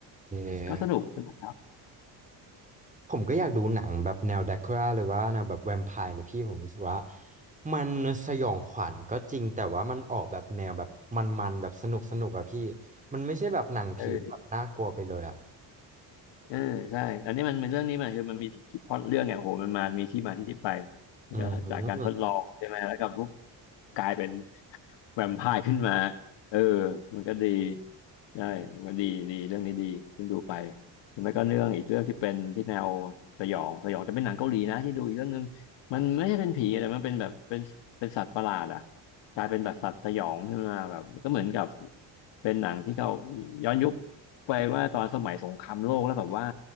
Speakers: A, on the right; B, on the left.
A: โอเค
B: ก็สนุกสนุกครับ
A: ผมก็อยากดูหนังแบบแนวแดกคราหรือว่าแนวแบบแวมไพร์นะพี่ผมรู้สึกว่ามันสยองขวัญก็จริงแต่ว่ามันออกแบบแนวแบบมันๆแบบสนุกสนุกอะพี่มันไม่ใช่แบบหนังผีแบบน่ากลัวไปเลยอะ
B: เออ เออใช่ อันนี้มันเป็นเรื่องนี้มันคือมันมีที่พล็อตเรื่องเนี่ยโหมันมามีที่มาที่ไปมันก็จากการทดลองใช่ไหมแล้วก็ปุ๊บ
A: อืม
B: กลายเป็น <laughs> แวมไพร์ขึ้นมาเออมันก็ดีใช่มันดีดีเรื่องนี้ดีขึ้นดูไปหรือไม่ก็เรื่องอีกเรื่องที่เป็นที่แนวสยองสยองแต่เป็นหนังเกาหลีนะที่ดูอีกเรื่องนึงมันไม่ใช่เป็นผีแต่มันเป็นแบบเป็นเป็นสัตว์ประหลาดอ่ะกลายเป็นแบบสัตว์สยองขึ้นมาแบบก็เหมือนกับเป็นหนังที่เขาย้อนยุค ไปว่าตอนสมัยสงครามโลกแล้วแบบว่า